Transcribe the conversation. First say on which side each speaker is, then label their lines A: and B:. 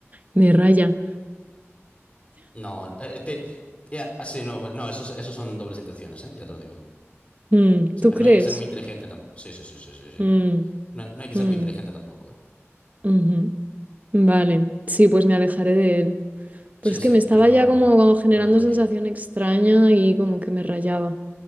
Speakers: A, on the right (about 35°); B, on the left (about 25°).
A: Me raya.
B: No, eh, eh, te- ya, ah, sí, no, no, eso, es- eso son dobles intenciones, ¿eh? Ya te lo digo.
A: Mm,
B: O sea,
A: ¿tú crees?
B: no hay que ser muy inteligente tampoco. Sí, sí, sí, sí, sí, sí.
A: Mm,
B: No, no hay que
A: mm,
B: ser muy inteligente tampoco, ¿eh?
A: ujú. Vale, sí, pues me alejaré de él. Pero
B: Sí,
A: es que
B: sí,
A: me estaba
B: yo no,
A: ya como, como generando
B: no lo dudaría.
A: sensación extraña y como que me rayaba.